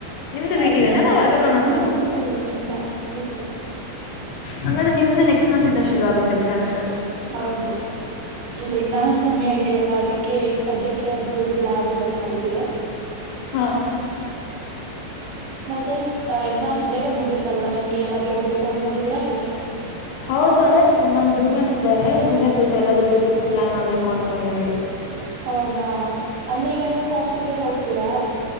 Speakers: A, on the left; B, on the right.
A: ನಿಮ್ದು ವಿ
B: ಅಲ್ವಾ
A: ಟಿ ಯು ನಾ
B: ಹೌದು
A: ಆಟೋನಮಸಾ
B: ನಮ್ದ ವೀಟ ಇ ಇಲ್ಲ ಅಷ್ಟ ವೀಟ ಇ
A: ಹಂಗ್ರ ನಿಮ್ದು ನೆಕ್ಸ್ಟ್ ಮಂತ್ ಇಂದ ಶುರು ಆಗುತ್ತೆ ಎಕ್ಸಾಮ್ಸ್.
B: ಹೌದು. ಇ ಇನ್ನ ಸಮಯ ಇದೆಯಲ್ಲ ಅದಕ್ಕೆ ಈಗ ಸದ್ಯಕ್ಕೆ ಅದು ಇದು ಲ್ಯಾಬ್ ಅವವೆಲ್ಲ ನಡೀತಿದೆ.
A: ಹಾ.
B: ಮತ್ತೆ ಎಕ್ಸಾಮ್ಸ್ ಬೇಗ ಮುಗಿಯುತ್ತಲ್ವಾ ನಿಮ್ಗೆ ಎಲ್ಲಾದ್ ಹೋಗ್ಬೇಕು ಅನ್ಕೊಂಡಿದೀರಾ ಹೇಗೆ.
A: ಹೌದು ಅಂದ್ರೆ ನಮ್ ಜೂನಿಯರ್ಸ್ ಇದಾರೆ ಜೂನಿಯರ್ಸ್ ಜೊತೆ ಎಲ್ಲಾದೂ ಟಿಪ್ ಪ್ಲಾನ್ ಮಾಡ್ಬೇಕು ಅನ್ಕೊಂಡಿದೀವಿ.
B: ಹೌದಾ ಅಂದ್ರೆ ಈಗ ನೀವು ಹಾಸ್ಟೆಲ್ ಬಿಟ್ಟು ಹೋಗ್ತೀರಾ.